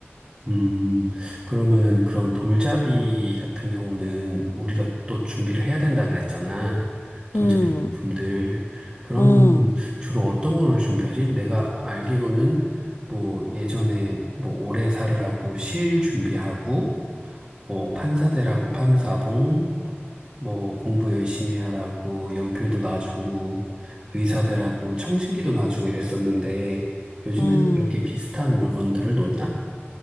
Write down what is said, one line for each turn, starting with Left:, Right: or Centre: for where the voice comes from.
Right: 음, 그러면은 그런 돌잡이 같은 경우는 우리가 또 준비를 해야 된다 그랬잖아. 돌잡이
Left: 음,
Right: 물품들. 그런
Left: 음,
Right: 거는 주로 어떤 거를 준비하지? 내가 알기로는 뭐 예전에 뭐 오래사르라고 실 준비하고, 뭐 판사대라고 판사봉, 뭐 공부 열심히 하라고 연필도 놔주고, 의사대라고 청진기도 놔주고 이랬었는데, 요즘에도
Left: 음,
Right: 그렇게 비슷한 물건들을 놓나?